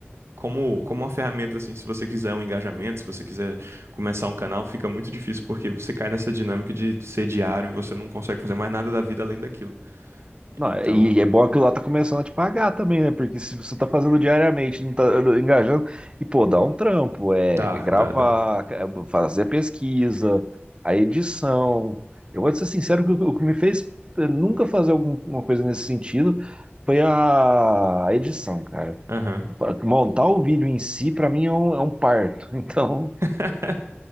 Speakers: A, on the right (about 85°); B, on the right (about 25°).
A: como, como uma ferramenta, assim, se você quiser um engajamento, se você quiser começar um canal, fica muito difícil porque você cai nessa dinâmica de ser diário e você não consegue fazer mais nada da vida além daquilo.
B: Não,
A: Então,
B: e é bom que lá tá começando a te pagar também, né? Porque se você tá fazendo diariamente, não tá engajando, e pô, dá um trampo, é
A: dá,
B: gravar,
A: dá, dá.
B: é fazer a pesquisa, a edição. Eu vou te ser sincero que o o que me fez eh, nunca fazer alguma coisa nesse sentido foi a a edição, cara.
A: Aham.
B: Pra- Montar o vídeo em si, pra mim, é um, é um parto. <laughs> Então,
A: <laughs>